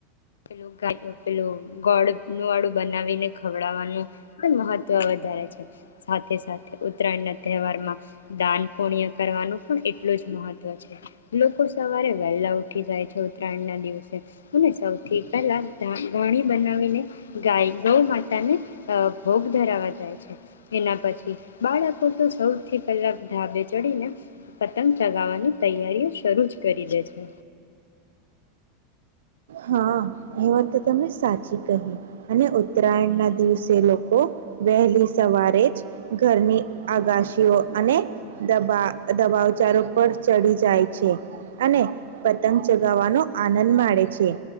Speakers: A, on the left; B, on the right.
A: પેુ પેલું ગોળનુ વાળુ બનાવીને ખવડાવવાનું પણ મહત્વ વધારે છે. સાથે સાથે ઉત્તરાયણ ના તહેવારમાં દાન પુણ્ય કરવાનું પણ એટલું જ મહત્વ છે લોકો સવારે વહેલા ઉઠી જાય છે ઉત્તરાયણ ના દિવસે અને સૌ થી પહેલા ધાણી ગોણી બનાવીને ગાય ગૌ માતા ને અ ભોગ ધરાવા જાય છે. એના પછી બાળકો તો સૌથી પહેલા ઢાબે ચડીને પતંગ ચગાવવાની તૈયારીઓ શરૂ જ કરી દે છે.
B: હા એ વાત તો તને સાચી કહી, અને ઉત્તરાયણના દિવસે લોકો વહેલી સવારે જ ઘરની આગાશીઓ અને દબા દબાવચારો પર ચડી જાય છે અને પતંગ ચગાવવાનો આનંદ માડે છે. એ